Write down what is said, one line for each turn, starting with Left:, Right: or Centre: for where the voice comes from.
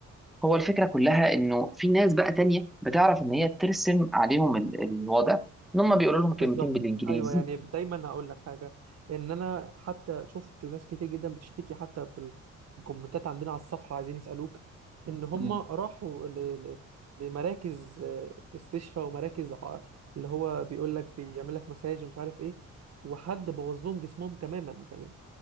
Centre: هو الفكره كلها انه في ناس بقى تانية بتعرف ان هي ترسم عليهم ال- الوضع ان هم بيقولوا لهم كلمتين
Right: بالظبط
Centre: بالانجليزي
Right: ايوه يعني دايما هقول لك حاجه ان انا حتى شفت ناس كتير جدا بتشتكي حتى في ال- في الكومنتات عندنا على الصفحه عايزين يسالوك ان هم
Centre: مم.
Right: راحوا ل... ل... لمراكز آه، استشفاء ومراكز ع- اللي هو بيقول لك بيعمل لك مساج ومش عارف ايه وحد بوظ لهم جسمهم تماما يعني